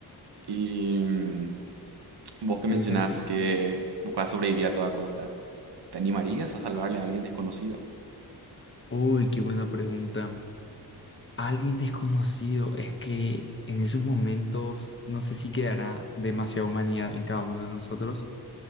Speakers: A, on the right; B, on the left.
A: Y mm, vos que
B: en
A: mencionás
B: ese sentido.
A: que buscas sobrevivir a toda costa, ¿te animarías a salvarle a alguien desconocido?
B: Uy, qué buena pregunta. Alguien desconocido, es que en esos momentos no sé si quedará demasiada humanidad en cada uno de nosotros